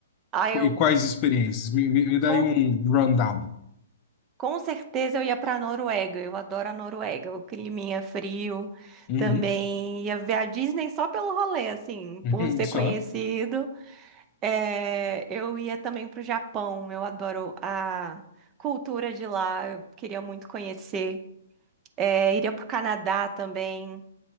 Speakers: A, on the right; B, on the left.
A: Ai, eu
B: E quais experiências? Me, me, me dá
A: com,
B: aí um rundown.
A: com certeza eu ia pra Noruega. Eu adoro a Noruega, o climinha frio.
B: Uhum.
A: Também
B: <laughs>
A: ia ver a Disney só pelo rolê, assim,
B: Uhum.
A: por ser
B: Só.
A: conhecido. É, eu ia também para o Japão, eu adoro a cultura de lá, eu queria muito conhecer. É, iria para o Canadá também.